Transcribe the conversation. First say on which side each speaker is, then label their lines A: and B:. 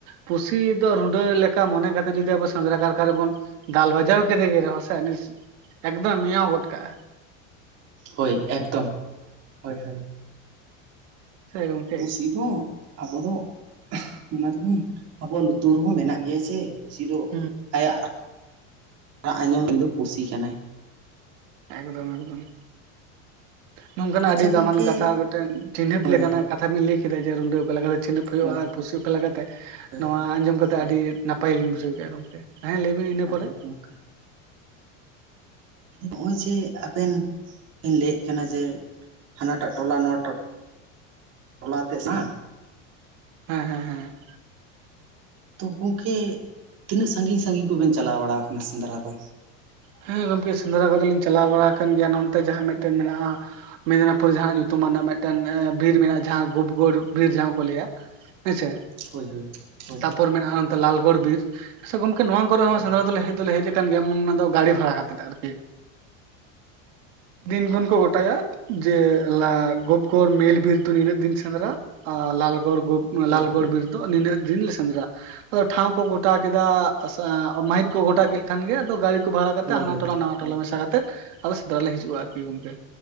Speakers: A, on the right (about 70°); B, on the right (about 40°).
A: ᱯᱩᱥᱤ ᱫᱚ ᱨᱩᱸᱰᱟᱹ ᱞᱮᱠᱟ ᱢᱚᱱᱮ ᱠᱟᱛᱮ ᱡᱚᱫᱤ ᱟᱵᱚ ᱥᱮᱸᱫᱽᱨᱟ ᱠᱟᱨᱠᱟ ᱨᱮᱵᱚᱱ ᱫᱟᱞ ᱵᱟᱡᱟᱣ ᱠᱮᱫ ᱜᱮ ᱨᱮᱦᱚᱸ ᱥᱮ ᱵᱟᱝ ᱢᱮᱸᱭᱟᱣ ᱜᱚᱫ ᱠᱟ ᱟᱭ
B: ᱦᱳᱭ ᱮᱠᱫᱚᱢ ᱦᱳᱭ ᱦᱳᱭ ᱾
A: ᱥᱮ ᱜᱚᱢᱠᱮ
B: ᱯᱩᱥᱤ ᱫᱚ ᱟᱵᱚ ᱫᱚ ᱚᱱᱟ ᱫᱚᱵᱚᱱ ᱟᱵᱚ ᱞᱩᱛᱩᱨ ᱨᱮᱦᱚᱸ ᱢᱮᱱᱟᱜ ᱜᱮᱭᱟ ᱪᱮ ᱠᱩᱥᱤ ᱫᱚ
A: ᱦᱩᱸ
B: ᱟᱭᱟᱜ ᱨᱟᱜ ᱟᱸᱡᱚᱢ ᱩᱱᱤ ᱫᱚ ᱯᱩᱥᱤ ᱠᱟᱱᱟᱭ
A: ᱮᱠᱫᱚᱢ ᱮᱠᱫᱚᱢ ᱾ ᱱᱚᱝᱠᱟᱱᱟᱜ
B: ᱟᱪᱪᱷᱟ
A: ᱟᱹᱰᱤ
B: ᱜᱚᱝᱠᱮ
A: ᱫᱟᱢᱟᱱ ᱠᱟᱛᱷᱟ ᱢᱤᱫᱴᱮᱱ ᱪᱤᱱᱦᱟᱹᱯ
B: ᱦᱳᱭ
A: ᱞᱮᱠᱟᱱᱟᱜ
B: ᱦᱳᱭ
A: ᱠᱟᱛᱷᱟ ᱵᱤᱱ ᱞᱟᱹᱭ ᱠᱮᱫᱟ ᱡᱮ ᱨᱩᱰᱳ ᱚᱠᱟ ᱞᱮᱠᱟᱛᱮ ᱪᱤᱱᱦᱟᱹᱯ ᱦᱩᱭᱩᱜ-ᱟ
B: ᱦᱳᱭ
A: ᱟᱨ ᱯᱩᱥᱤ ᱚᱠᱟ ᱠᱟᱛᱮ
B: ᱦᱳᱭ
A: ᱱᱚᱣᱟ
B: ᱦᱳᱭ
A: ᱟᱸᱡᱚᱢ ᱠᱟᱛᱮᱫ
B: ᱦᱳᱭ
A: ᱟᱹᱰᱤ ᱱᱟᱯᱟᱭ ᱞᱤᱧ ᱵᱩᱡᱷᱟᱹᱣ ᱠᱮᱫᱟ ᱜᱚᱢᱠᱮ᱾ ᱦᱮᱸ ᱞᱟᱹᱭᱵᱤᱱ ᱤᱱᱟᱹ
B: ᱮᱠᱫᱚᱢ
A: ᱯᱚᱨᱮ
B: ᱜᱚᱝᱠᱮ ᱛᱤᱱᱟᱹᱜ ᱢᱚᱡᱽ ᱡᱮ ᱟᱵᱮᱱ ᱵᱮᱱ ᱞᱟᱹᱭᱮᱫ ᱠᱟᱱᱟ ᱡᱮ ᱦᱟᱱᱟᱴᱟᱜ ᱴᱚᱞᱟ ᱱᱚᱣᱟᱴᱟᱜ ᱴᱚᱞᱟ ᱛᱮ ᱥᱟᱝ
A: ᱦᱮᱸ ᱦᱮᱸ ᱦᱮᱸ ᱾
B: ᱛᱚ ᱜᱚᱝᱠᱮ ᱛᱤᱱᱟᱹᱜ ᱥᱟᱺᱜᱤᱧ ᱥᱟᱺᱜᱤᱧ ᱠᱚᱵᱮᱱ ᱪᱟᱞᱟᱣ ᱵᱟᱲᱟᱣ ᱠᱟᱱᱟ ᱥᱮᱸᱫᱽᱨᱟ ᱫᱚ?
A: ᱦᱮᱸ ᱜᱚᱝᱠᱮ ᱥᱮᱸᱫᱽᱨᱟ ᱠᱚᱫᱚ ᱞᱤᱧ ᱪᱟᱞᱟᱣ ᱵᱟᱲᱟ ᱟᱠᱟᱱ ᱜᱮᱭᱟ ᱱᱚᱱᱛᱮ ᱡᱟᱦᱟᱸ ᱢᱤᱫᱴᱮᱱ ᱢᱮᱱᱟᱜᱼᱟ ᱢᱮᱫᱽᱱᱟᱤᱯᱩᱨ ᱡᱟᱦᱟᱸ ᱧᱩᱛᱩᱢ ᱢᱟᱹᱱᱟ ᱢᱤᱫᱴᱮᱱ ᱵᱤᱨ ᱢᱮᱱᱟᱜᱼᱟ ᱡᱟᱦᱟᱸ ᱜᱩᱯᱜᱳᱲ ᱵᱤᱨ ᱡᱟᱦᱟᱸ ᱠᱚ ᱞᱟᱹᱭᱟ ᱾ ᱦᱮᱸᱥᱮ
B: ᱦᱳᱭ ᱦᱳᱭ ᱦᱳᱭ
A: ᱛᱟᱯᱚᱨ ᱢᱮᱱᱟᱜᱼᱟ ᱞᱟᱞᱜᱚᱲ ᱵᱤᱨ ᱟᱪᱪᱷᱟ ᱜᱚᱝᱠᱮ ᱱᱚᱣᱟ ᱠᱚᱨᱮ ᱦᱚᱸ
B: ᱦᱳᱭ
A: ᱥᱮᱸᱫᱽᱨᱟ ᱫᱚᱞᱮ ᱦᱮᱡ ᱫᱚᱞᱮ ᱦᱮᱡ ᱟᱠᱟᱱ ᱜᱮᱭᱟ ᱚᱱᱟ ᱫᱚ ᱜᱟᱲᱤ ᱵᱷᱟᱲᱟ ᱦᱟᱛᱮᱛ ᱟᱨᱠᱤ ᱫᱤᱱ ᱠᱷᱚᱱ ᱠᱚ ᱜᱚᱴᱟᱭᱟ ᱡᱮ ᱜᱩᱯᱜᱳᱨ ᱢᱮᱞ ᱵᱤᱨ ᱫᱚ ᱱᱤᱱᱟᱹᱜ ᱫᱤᱱ ᱥᱮᱸᱫᱽᱨᱟ ᱞᱟᱞ ᱜᱚᱲᱜᱩ ᱞᱟᱞᱜᱚᱲ
B: ᱦᱳᱭ
A: ᱵᱤᱨ ᱫᱚ ᱱᱤᱱᱟᱹᱜ ᱫᱤᱱ ᱞᱮ ᱥᱮᱸᱫᱽᱨᱟ ᱟᱫᱚ ᱴᱷᱟᱶ ᱠᱚ ᱜᱚᱴᱟ ᱠᱮᱫᱟ ᱢᱟᱹᱦᱤᱛ ᱠᱚ ᱜᱚᱴᱟ ᱠᱮᱫ ᱠᱷᱟᱱ ᱜᱮ ᱟᱫᱚ ᱜᱤ ᱵᱷᱟᱲᱟ ᱠᱟᱛᱮ
B: ᱦᱳᱭ
A: ᱦᱟᱱᱟ
B: ᱦᱳᱭ
A: ᱴᱚᱞᱟ ᱱᱟᱣᱟ ᱴᱚᱞᱟ ᱢᱮᱥᱟ ᱠᱟᱛᱮ ᱟᱫᱚ ᱥᱮᱫᱽᱨᱟ ᱞᱮ ᱦᱤᱡᱩᱜ-ᱟ ᱟᱨᱠᱤ ᱜᱚᱝᱠᱮ